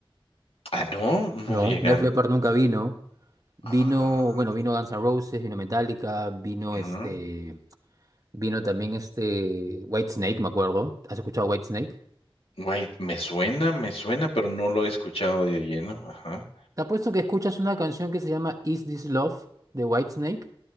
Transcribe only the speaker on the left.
Ah, no, no
llegan.
Ah,
ah.
White, me suena, me suena, pero no lo he escuchado de lleno, ajá.